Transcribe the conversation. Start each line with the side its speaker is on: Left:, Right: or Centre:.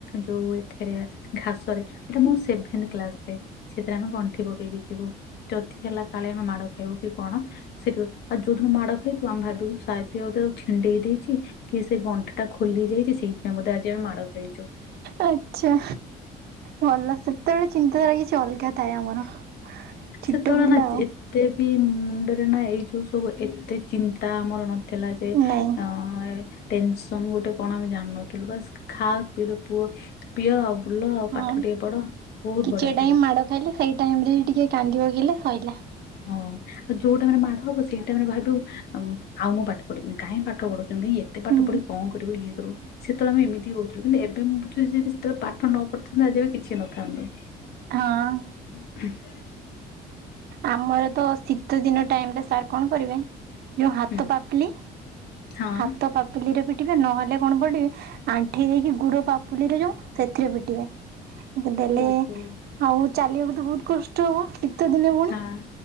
Left: ଯୋଉ ଏଥିରେ ଘାସରେ ଏଟା ମୁ ସେଭେନ କ୍ଲାସ ରେ ସେଥିରେ ଆମେ ଗଣ୍ଠି ପକେଇ ଦେଇଥିବୁ ଯିବୁ ଯଦି ହେଲା କାଳେ ଆମେ ମାଡ଼ ଖାଇବୁ କି କଣ ସେଠ ଆଉ ଯୋଉଦିନ ମାଡ ଖାଇଥିବୁ ଆମେ ଭାବିବୁ ସାୟାଦ କିଏ ଗୋଟେ ଛିଣ୍ଡେଇ ଦେଇଛି କି ସେ ଗଣ୍ଠି ଟା ଖୋଲି ଯାଇଛି ସେଇଥିପାଇଁ ଆଜି ଆମେ ମାଡ଼ ଖାଇଛୁ
Right: ଆଛା ଭଲ ସେତେବେଳେ ଚିନ୍ତାଧାରା କିଛି ଅଲଗା ଥାଏ ଆମର ଛୋଟ
Left: ସେତେବେଳେ
Right: ପିଲା
Left: ନା
Right: ଆଉ
Left: ଏତେ ବି ମୁଣ୍ଡରେ ନା ଏଇ ଯୋଉ ସବୁ ଏତେ ଚିନ୍ତା ଆମର ନଥିଲା ଯେ
Right: ନାଇଁ
Left: ଅ ଟେନସନ ଗୋଟେ କଣ ଆମେ ଜାଣିନଥିଲୁ ବାସ ଖା ପିଇ ପୁଅ ପିଅ ଆଉ ବୁଲ ଆଉ
Right: ହଁ
Left: ପାଠ ଟିକେ ପଢ ବହୁତ
Right: କିଛି
Left: ବଢିଆ
Right: ଟାଇମ
Left: ଥିଲା
Right: ମାଡ ଖାଇଲେ ସେଇ ଟାଇମ ରେ ଟିକେ କାନ୍ଦିିବକିଲେ ଶୋଇଲା
Left: ହଁ ଆଉ ଯୋଉ ଟାଇମରେ ମାଡ ହବ ସେଇ ଟାଇମରେ ଭାବୁ ଆଉ ମୁଁ ପାଠ ପଢିବିନି କାହିଁ ପାଠ ପଢୁଛିି ଏମିତି ଏତେ ପାଠ
Right: ହୁଁ
Left: ପଢି କଣ କରିବ ଇଏ କରିବୁ ସେତେବେଳେ ଆମେ ଏମତି ହଉଥିଲୁ ଏବେ ମୁଁ ବୁଝୁଛିି ଯଦି ସେତେବେଳେ ପାଠ ନ ପଢିଥାନ୍ତୁ ଆଜି ଆମେ କିଛି ନଥାନ୍ତୁ <unintelligible>
Right: ହଁ ଆମର ତ ଶୀତ ଦିନ ଟାଇମରେ ସାର୍ କଣ କରିବେ ଯୋଉ ହାତ
Left: ହୁଁ,
Right: ପାପଲି
Left: ହଁ
Right: ହାତ ପାପ ପାପୁଲିରେ ପିଟିବେ ନହେଲେ କଣ ପଡିବେ ଆଣ୍ଠି ଦେଇକି ଗୁଡ ପାପୁଲିରେ ଯୋ ସେଥିରେ ପିଟିବେ ଦେଲେ
Left: ଓହୋ
Right: ଆଉ ଚାଲିବାକୁ ତ ବହୁତ କଷ୍ଟ ହବ ଶୀତ ଦିନେ ପୁଣି
Left: ହଁ